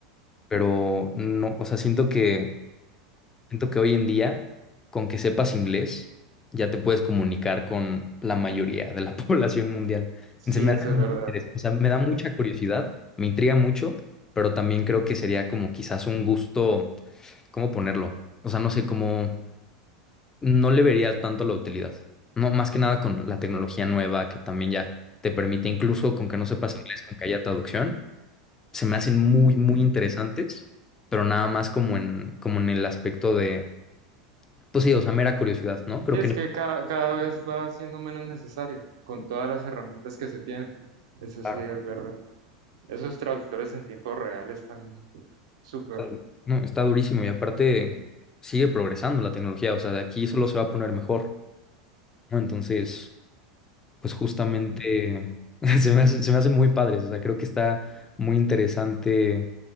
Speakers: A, on the left (about 20°); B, on the right (about 75°).
A: pero no, o sea, siento que, siento que hoy en día, con que sepas inglés, ya te puedes comunicar con la mayoría de la <laughs> población mundial.
B: Sí,
A: Se me
B: eso
A: hace muy
B: es verdad.
A: interesante, o sea, me
B: Es
A: da
B: verdad.
A: mucha curiosidad, me intriga mucho, pero también creo que sería como quizás un gusto, ¿cómo ponerlo? O sea, no sé cómo, no le vería tanto la utilidad. No, más que nada con la tecnología nueva que también ya te permite, incluso con que no sepas inglés, con que haya traducción se me hacen muy, muy interesantes, pero nada más como en, como en el aspecto de, pues sí, o sea, mera curiosidad, ¿no? Creo
B: Sí,
A: que
B: es
A: no.
B: que ca- cada vez va siendo menos necesario con todas las herramientas que se tienen. Eso
A: Claro.
B: sí es verdad. Esos traductores en tiempo real están súper.
A: está du- No, está durísimo y aparte sigue progresando la tecnología, o sea, de aquí solo se va a poner mejor, ¿no? Entonces, pues justamente <laughs> se me hace, se me hacen muy padres, o sea, creo que está muy interesante,